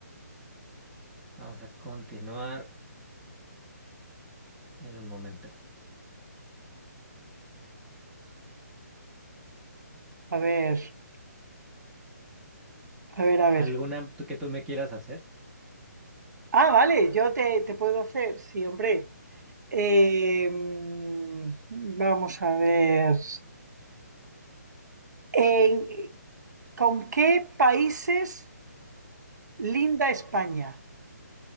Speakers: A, in the centre; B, on the right.
A: Vamos a continuar en un momento.
B: A ver, a ver, a ver.
A: ¿Alguna tú- que tú me quieras hacer?
B: Ah, vale, yo te, te puedo hacer, sí, hombre. Eh, mm, vamos a ver. En- ¿con qué países Linda España.